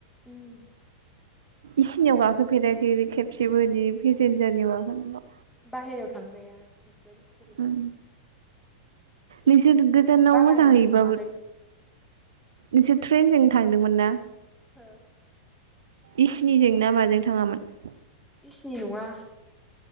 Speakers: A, in the centre; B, on the right.
A: उम
B: इसिनियाव गाखोफेराखै खेबसेबो बिदि पेसेन्जारनियाव गाखोनल
A: बाहेरायाव थांग्राया बोरैबा
B: उम
A: एसिनिया
B: नोंसोर गोजानाव
A: बारा
B: मोजां <inaudible>
A: जेबो
B: हैयोबाबो
A: नङालै
B: नोंसोर
A: एसिनिया
B: ट्रेनजों
A: बारा
B: थांदोंमोन ना
A: हो
B: इसिनिजों ना माजों थाङामोन
A: इसिनि नङा